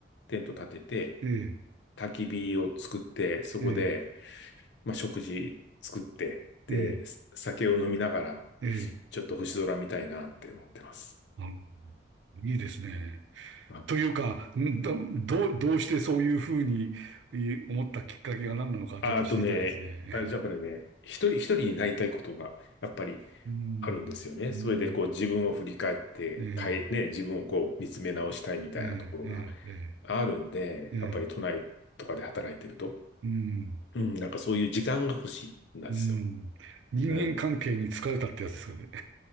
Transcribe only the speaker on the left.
テント立てて、
焚き火を作って、そこで、
まあ、食事作って、で、
酒を飲みながら、
ちょっと星空見たいなって思ってます。
あ、
ああとね、あ、じゃあやっぱりね、一人、一人になりたいことが、やっぱり
あるんですよね。
それでこう自分を振り返って、
かえ、ね、自分をこう見つめ直したいみたいなところが
あるんで、
やっぱり都内とかで働いてると、
うん、なんかそういう時間が欲しいんですよ。
うん。